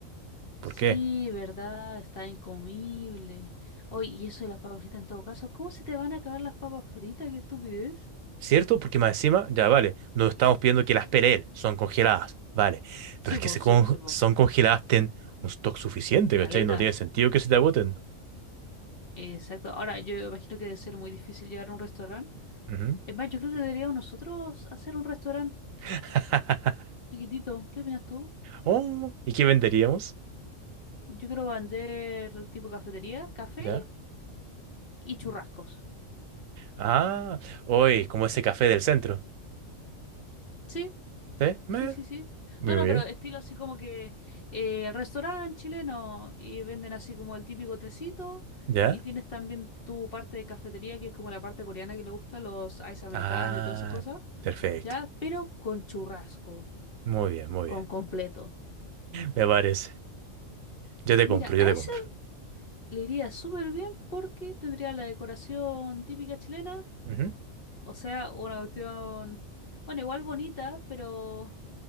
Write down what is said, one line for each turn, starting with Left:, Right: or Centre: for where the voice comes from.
Right: ¿por
Left: Sí,
Right: qué?
Left: verdad, está incomible. Oye, y eso de las papas fritas en todo caso, ¿cómo se te van a acabar las papas fritas? ¡Qué estupidez!
Right: ¿Cierto? Porque más encima, ya vale, no estamos pidiendo que las pelee él, son congeladas, vale.
Left: Sí,
Right: Pero es
Left: vos,
Right: que se con-
Left: sí, vos, sí, vos.
Right: son congeladas, ten un stock suficiente,
Left: Caleta.
Right: ¿cachai? No tiene sentido que se te agoten.
Left: Exacto. Ahora, yo imagino que debe ser muy difícil llevar a un restaurante.
Right: Ujú.
Left: Es más, yo creo que deberíamos nosotros hacer un restaurante
Right: <laughs>
Left: chiquitito. ¿Qué opinas tú?
Right: Oh, ¿y qué venderíamos?
Left: Yo quiero vender tipo cafetería, café
Right: ¿Ya?
Left: y churrascos.
Right: Ah, hoy, como ese café del centro.
Left: Sí,
Right: ¿Sí? Meh.
Left: sí, sí, sí.
Right: Muy
Left: No, no,
Right: bien.
Left: pero estilo así como que eh, restaurante chileno y venden así como el típico tecito
Right: ¿Ya?
Left: y tienes también tu parte de cafetería que es como la parte coreana que le gusta, los ice americanos
Right: Ah,
Left: y todas esas cosas,
Right: perfecto.
Left: ya, pero con churrasco,
Right: Muy bien, muy
Left: con
Right: bien.
Left: completo.
Right: Me parece. Yo te
Left: Mira,
Right: compro, yo
Left: a
Right: te
Left: ese
Right: compro.
Left: le iría súper bien porque tendría la decoración típica chilena,
Right: Ujú.
Left: o sea, una cuestión, bueno, igual bonita, pero